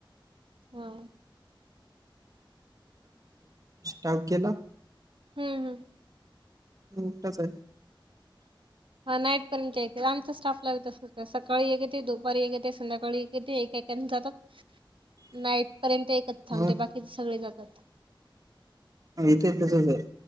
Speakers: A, on the right (about 75°); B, on the right (about 40°).
A: हा.
B: स्टाफ गेला?
A: हम् हम
B: एकटाच आहे.
A: नाईट पर्यंत एक आमचा स्टाफ ला तसच सकाळी एक येते दुपारी एक येते संध्याकाळी सकाळी ते एका एकाने जातात नाईट पर्यंत एकच थांबते
B: हो
A: बाकीचे सगळे जातात.
B: इथे तसच आहे.